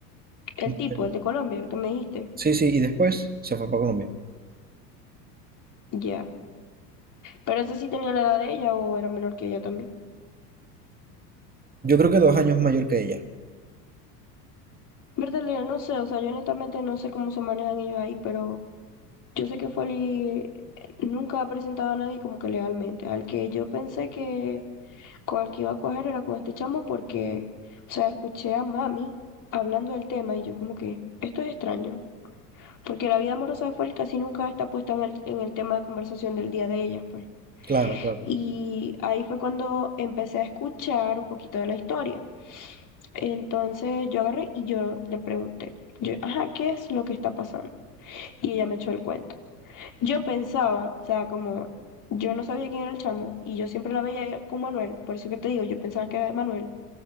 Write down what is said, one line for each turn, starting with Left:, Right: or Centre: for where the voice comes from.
Left: El tipo,
Right: pero-
Left: el de Colombia, el que me dijiste.
Right: sí, sí, y después se fue para Colombia.
Left: Ya. Pero ese sí tenía la edad de ella o era menor que ella también.
Right: Yo creo que dos años mayor que ella.
Left: Bertale, no sé, o sea, yo honestamente no sé cómo se manejan ellos ahí, pero yo sé que Foley eh, nunca ha presentado a nadie como que legalmente. Al que yo pensé que con el que iba a cuajar era con este chamo porque, o sea, escuché a mami hablando del tema y yo como que, esto es extraño, porque la vida amorosa de Foley casi nunca está puesta en el, en el tema de conversación del día de ellas, pues.
Right: Claro, claro.
Left: Y ahí fue cuando empecé a escuchar un poquito de la historia. Entonces yo agarré y yo le pregunté, yo, ajá, ¿qué es lo que está pasando? Y ella me echó el cuento. Yo pensaba, o sea, como yo no sabía quién era el chamo y yo siempre la veía con Manuel, por eso que te digo, yo pensaba que era de Manuel.